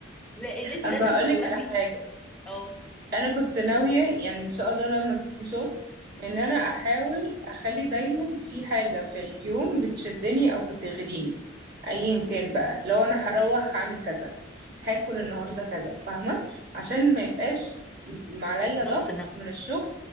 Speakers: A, in the centre; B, on the right.
A: لان انت
B: اصل
A: لازم
B: هقولك
A: تواجهي
B: على حاجه
A: اه
B: انا كنت ناويه يعني ان شاء الله لما ابتدي شغل ان انا احاول اخلي دايما في حاجه في اليوم بتشدني او بتغريني ايا كان بقى لو انا هروح هعمل كذا هاكل النهارده كذا فاهمه عشان ما يبقاش م- عليا
A: ضغط
B: ضغط
A: نفسي
B: من الشغل